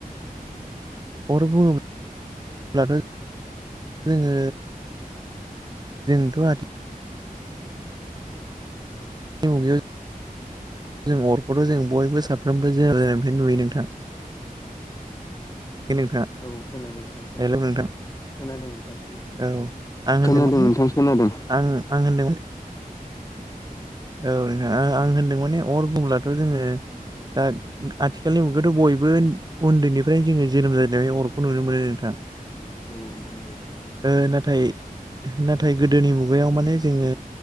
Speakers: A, on the right; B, on the left.
A: अर बुङोब्ला ब्लाथ' जोङो जोंथ' आथिखालनि मुगायाव जों जों अरखौथ' जों बयबो साफ्रोमबो जोनोम जानायनिफ्रायनो नुयो नोंथां। <unintelligible>
B: औ खोनादों नोंथां खोनादों।
A: हेलौ नोंथां
B: खोनादों नोंथां
A: औ आं होनदों
B: खोनादों
A: माने
B: नोंथां खोनादों।
A: आं आं होनदों औ नोंथां आं होनदों माने अर बुंब्लाथ' जोङो दा आथिखालनि मुगायावथ' बयबो उन्दैनिफ्राय जोङो जोनोम जानाव अरखौ नुनो मोनो नोंथां। <inaudible>
B: औ नोंथां औ।
A: ओ नाथाय नाथाय गोदोनि मुगायाव माने जोङो